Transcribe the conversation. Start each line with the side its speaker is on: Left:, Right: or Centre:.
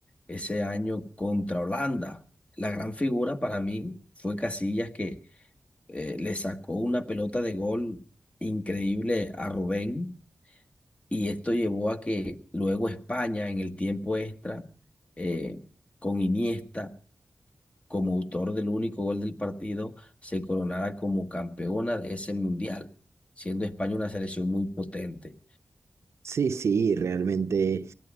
Left: ese año contra Holanda. La gran figura para mí fue Casillas que eh, le sacó una pelota de gol increíble a Rubén y esto llevó a que luego España en el tiempo extra, eh, con Iniesta como autor del único gol del partido, se coronara como campeona de ese mundial, siendo España una selección muy potente.
Right: Sí, sí, realmente